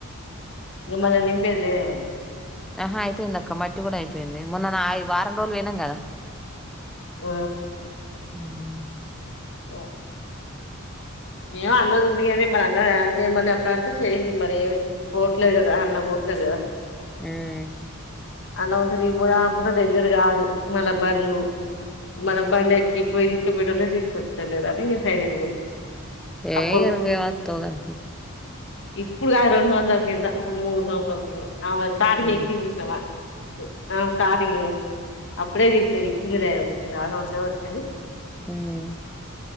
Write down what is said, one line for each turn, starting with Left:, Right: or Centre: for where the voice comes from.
Left: ఇంగ మల్ల నింపేది లేదేమో
Centre: ఆహా అయిపోయింది అక్క మట్టి కూడా అయిపోయింది మొన్న నా వారం రోజులు పొయినాం కదా
Left: ఆ
Centre: ఉమ్
Left: ఓ ఏం అన్నది ఉంది కని మరి అన్నది అప్పుడు అంటే చెయ్యి మరి పోట్లేదు కదా అన్న పోట్ ట్లేడు కదా
Centre: ఉమ్
Left: అన్న వంక నేను పోదాం అనుకున్న దగ్గర కాదు మళ్ళబండ్లు మనం బండెక్కి పోయి తీసుకపోయేటోలు లేరు తీసుకొచ్చేటోళ్ళు లేరు అని ఇంగ సైలెంట్ గా ఉన్న
Centre: ఏ
Left: అప్పడు
Centre: ఇగ నువ్వేం
Left: ఇప్పు
Centre: వత్తవ్ గాని తీ
Left: ఇప్పుడు కాదు రెండు సంవత్సరాల కింద మూడు సంవత్సరాల కింద అవు స్ట్రయింగ్ల
Centre: ఉమ్
Left: ఎక్కింది చూసినవా ఆ స్టార్టింగ్ అప్పుడే రీతి ఇత్తందలే వతుంది ఆరు సంవస వతంది
Centre: ఉమ్